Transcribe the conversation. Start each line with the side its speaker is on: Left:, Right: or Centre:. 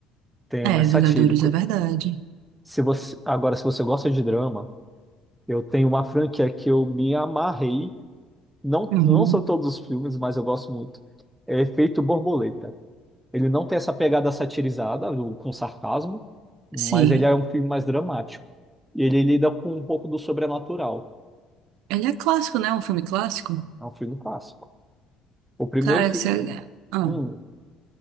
Centre: tem
Right: É,
Centre: mais satírico.
Right: Vingadores é verdade.
Centre: Se você, agora, se você gosta de drama, eu tenho uma franquia que eu me amarrei Não,
Right: Uhum.
Centre: não são todos os filmes, mas eu gosto muito. É Efeito Borboleta. Ele não tem essa pegada satirizada, do- com sarcasmo, mas
Right: Sim.
Centre: ele é um filme mais dramático. E ele lida com um pouco do sobrenatural.
Right: Ele é clássico, né? Um filme clássico.
Centre: É um filme clássico. O primeiro
Right: Cara,
Centre: filme.
Right: você... ah,
Centre: Hum,